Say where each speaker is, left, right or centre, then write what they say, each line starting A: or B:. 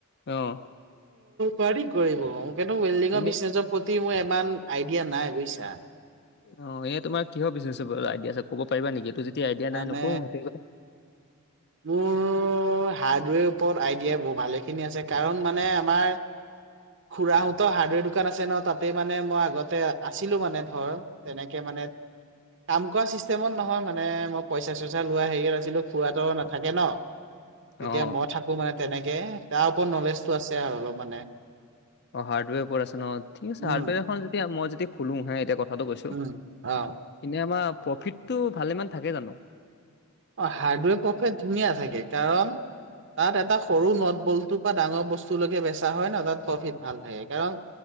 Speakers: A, on the left (about 50°); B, on the right (about 55°).
A: অঁ
B: পাৰি কৰিব এইটো ৱেল্ডিঙৰ
A: এনে
B: বিজনেছৰ প্ৰতি মোৰ ইমান আইডিয়া নাই বুজিছা।
A: অ এয়া তোমাৰ কিহৰ বিজনেছ আইডিয়া আছে ক'ব পাৰিবা নেকি। এইটো যদি আইডিয়া নাই
B: মানে
A: নকৰো সেইটোৱে কথা
B: মোৰ হাৰ্ডৱেৰ ওপৰত আইডিয়া বহু ভালে খিনি আছে কাৰণ মানে আমাৰ। খুৰাহতৰ হাৰ্ডৱেৰ দোকান আছে ন তাতে মানে মই আগতে আছিলো মানে ধৰ তেনেকে মানে মানে কাম কৰা চিষ্টেমত নহয় মানে মানে মই পইচা চইচা লোৱা হেৰিয়ত আছিলো খুৰাটো নাথাকে ন এতিয়া
A: অঁ
B: মই থাকো মানে তেনেকে তাৰ ওপৰত নলেজটো আছে আৰু অলপ মানে।
A: অ হাৰ্ডৱেৰ ওপৰত আছে ন ঠিক আছে
B: উম
A: হাৰ্ডৱেৰ এ যদি মই যদি খোলো হে এতিয়া ক কথাটো কৈছোঁ
B: উম অ
A: এনেই আমাৰ প্ৰফিটটো ভালেমান থাকে জানো
B: অ হাৰ্ডৱেৰ প্ৰফেট ধুনীয়া থাকে কাৰণ তাত এটা সৰু নট বলটোৰ পৰা ডাঙৰ বস্তুলৈকে বেচা হয় ন তাত প্ৰফিট ভাল থাকে কাৰণ